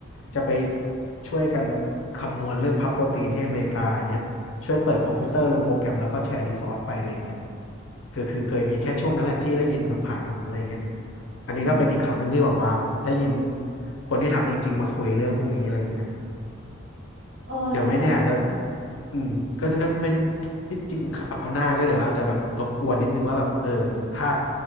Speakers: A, on the left; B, on the right.
A: จะไปช่วยกันคำนวณเรื่องพับโปรตีนที่อเมริกาอย่างเงี้ย ช่วยเปิดคอมพิวเตอร์ลงโปรแกรมแล้วก็แชร์รีซอสไปอะไรเงี้ยคือคือเคยมีแค่ช่วงนั้นแหละที่ได้ยินแบบผ่านหูอะไรเงี้ยอันนี้ก็เป็นอีกครั้งหนึ่งที่แบบว้าวได้ยิน
B: อืม
A: คนที่ทำจริงๆมาคุยเรื่องพวกนี้อะไรเงี้ย
B: เออนั่นก็น่าสนใจ
A: เดี๋ยวไม่แน่อาจจะ อืมก็จะเป็นที่จริงคราวหน้าก็เดี๋ยวอาจจะแบบรบกวนนิดนึงว่าแบบเออถ้า